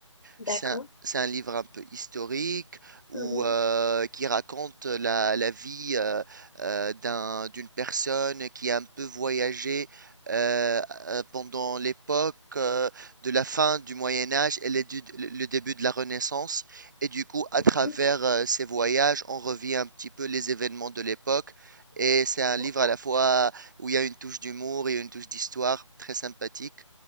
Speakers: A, on the left; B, on the right.
A: D'accord.
B: C'est un, c'est un livre un peu historique où,
A: Mhm.
B: euh, qui raconte la, la vie euh, euh, d'un- d'une personne qui a un peu voyagé euh, euh, pendant l'époque euh, de la fin du Moyen Âge et le, du- le- début de la Renaissance. Et du coup, à
A: Mhm,
B: travers euh, ces voyages, on revit un petit peu les événements de l'époque. Et c'est un livre
A: D'accord.
B: à la fois où il y a une touche d'humour et une touche d'histoire très sympathique.